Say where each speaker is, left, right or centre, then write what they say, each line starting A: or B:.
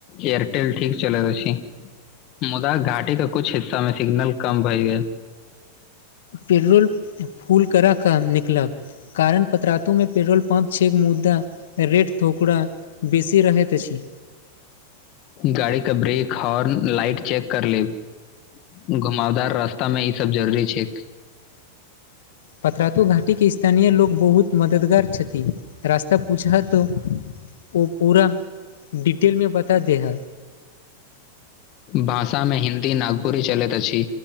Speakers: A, on the left; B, on the left.
A: एयरटेल ठीक चलि रहल अछि। मुदा घाटी के कुछ हिस्सा में सिग्नल कम भए गेल।
B: पेड्रोल फुल करा क निकलब। कारण पतरातूमे पेट्रोल पम्प छै मुदा रेट थुकरा बेसी रहैत अछि।
A: गाड़ी के ब्रेक, हॉर्न, लाइट चेक कर लेब। घुमावदार रास्ता मे ई सब जरूरी छैक।
B: पतरातु घाटीके स्थानीय लोक बहुत मददगार छथि रास्ता पूछब त ओ पूरा डिटेलमे बता दे ह
A: भाषा मे हिन्दी नागपुरी चलैत अछि।